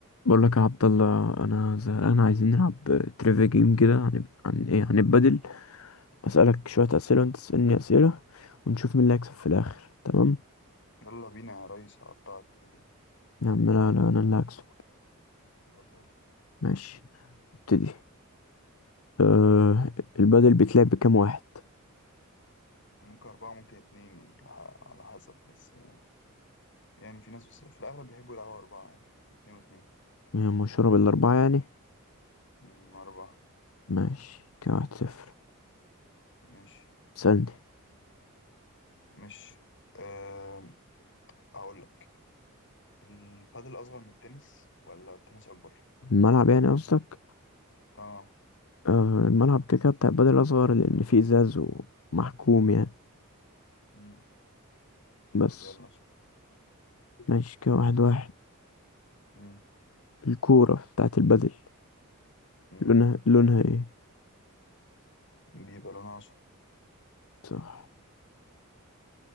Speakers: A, on the left; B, on the left.
A: بقول لك يا عبد الله انا زهقان عايزين نلعب تريفيا جيم كده عن عن ايه عن البدل اسالك شويه اسئله وانت تسالني اسئله ونشوف مين اللي هيكسب في الاخر تمام
B: يلا بينا يا ريس هقطعك كده كده
A: يا عم لا لا انا اللي هكسب
B: طب يلا
A: ماشي ابتدي أه البدل بيتلعب بكام واحد
B: ممكن أربعة ممكن اتنين يعني على على حسب بس آه، يعني في ناس بس في الأغلب بيحبوا يلعبوا أربعة يعني اتنين واتنين
A: يعني مشهوره بالاربعه يعني
B: أمم، أربعة
A: ماشي كام واحد صفر
B: مش
A: سألني
B: مش أه هقولك البادل أصغر من التنس ولا التنس أكبر؟
A: الملعب يعني قصدك
B: اه
A: أه الملعب كده كده بتاع البدل اصغر لان فيه ازاز ومحكوم يعني
B: أمم،
A: بس
B: طب يلا
A: ماشي كده واحد واحد
B: أمم،
A: الكوره بتاعت البدل
B: أمم،
A: لونها لونها ايه
B: بيبقى لونها أصفر
A: صح